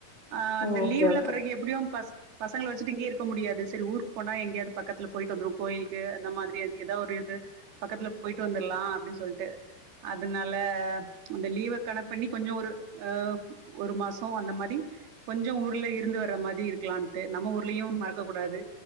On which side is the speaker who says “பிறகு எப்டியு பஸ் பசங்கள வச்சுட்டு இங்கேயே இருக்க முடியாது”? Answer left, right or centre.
Right